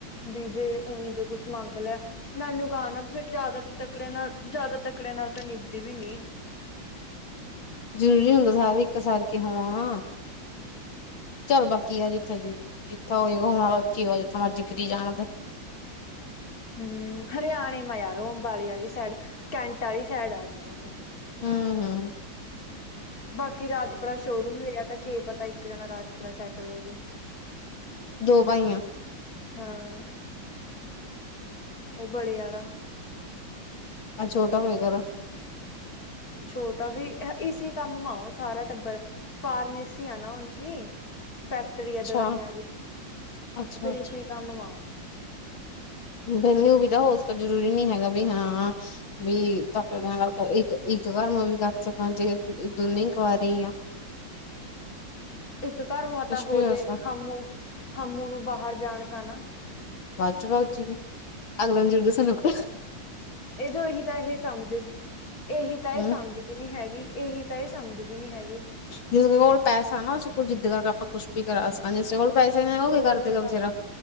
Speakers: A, on the left; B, on the left.
A: ਵੀ ਜੇ ਉਵੇਂ ਜੇ ਕੁਛ ਮੰਗ ਲਿਆ ਨਾਲੀ। ਦੁਕਾਨ ਏ ਤਾਂ ਫਿਰ ਜ਼ਿਆਦਾ ਤੇ ਤਕੜੇ ਨਾਲ ਜਿਆਦਾ ਤਕੜੇ ਨਾਲ ਤਾਂ ਨਿਭਦੀ ਵੀ ਨਹੀਂ।
B: <inaudible> ਹਰ ਇੱਕ ਸਾਰ ਕੇ ਹੋਵਾਂ। ਚੱਲ ਬਾਕੀ ਆ ਜਿੱਥੇ ਦੀ ਜਿੱਥੇ ਹੋਏਗਾ ਹੁਣ ਵਾਲਾ ਉੱਥੇ ਹੱਥ ਮਰਜੀ ਫ਼ਿਰੀ ਜਾਣਗੇ।
A: ਹਮ ਹਰਿਆਣੇ ਮਾ ਯਾਰੋ ਅੰਬਾਲੀ ਵਾਲੀ ਸਾਈਡ ਕੈਂਟ ਵਾਲੀ ਸਾਈਡ ਆ ਗਈਆਂ ਉਹ।
B: ਹਮ ਹਮ
A: ਬਾਕੀ ਰਾਜਪੁਰਾ ਸ਼ੋਰੂਮ ਲਿਆ ਤਾਂ ਕਿ ਪਤਾ ਇੱਕ ਜਾਣਾ ਰਾਜਪੁਰਾ ਸੈਟਲ ਹੋ ਜੇ।
B: ਦੋ ਭਾਈਆਂ।
A: ਹਾਂ ਉਹ ਬੜੇ ਆਲਾ।
B: ਆਹ ਛੋਟਾ ਹੋਏ ਕਰ।
A: ਛੋਟਾ ਵੀ ਇਸ ਕੰਮ ਆਓ ਸਾਰਾ ਟੱਬਰ ਫਾਰਮੇਸੀ ਆ ਨਾ ਓਨ ਕੀ। ਫੈਕਟਰੀਆਂ
B: ਅੱਛਾ
A: ਦਵਾਈਆਂ ਵੀ
B: ਅੱਛਾ
A: ਫਿਰ ਇਸੀ ਕੰਮ ਵਾਂ।
B: ਬਿਲ ਨਊ ਵੀ ਤਾਂ ਹੋ ਜਰੂਰੀ ਨੀ ਹੈਗਾ ਵੀ ਹਾਂ ਵੀ ਤੱਕ ਗੱਲ ਇੱਕ <inaudible> ਘਰ ਮੈਂ ਵੀ ਕਰ ਸਕਾਂ ਜੇ ਦੋਨੇ ਹੀ ਕਵਾਰੇ ਆ।
A: ਇੱਕ ਘਰ ਮਤਾ
B: ਕੁਛ
A: ਹੋ
B: ਵੀ
A: ਜੇ
B: ਸਕਦਾ
A: ਹੂ ਹਮੂ ਨੂੰ ਬਾਹਰ ਜਾਣ ਕ ਨਾ।
B: ਵੱਧ ਚੁਗਾ ਵ ਚੁ ਅਗਲੇ ਨੂੰ ਜਰ ਦੱਸਣ ਪ <inaudible>
A: ਇਹ ਜੋ ਇਹੀ ਤਾਂ ਇਹ ਸਮਝ ਇਹੀ ਤਾਂ ਇਹ
B: ਹੂੰ
A: ਸਮਝਦੀ ਨੀ ਹੈਗੀ ਇਹੀ ਤਾਂ ਇਹ ਸਮਝਦੀ। ਨੀ ਹੈਗੀ
B: ਜਿਸ ਕੋਲ ਪੈਸਾ ਨਾ ਉਸੇ ਕੋਲ ਜਿੱਦ ਕਰਕੇ ਆਪਾਂ ਕੁਛ ਵੀ ਕਰਾ ਸਕਾਂ ਜਿਸੇ ਕੋਲ। ਪੈਸੇ ਨਹੀਂ ਹੈਗਾ ਉਹ ਕੀ
A: ਉਹੀ
B: ਕਰ ਦੇਗਾ
A: ਤਾਂ
B: ਬੇਚਾਰਾ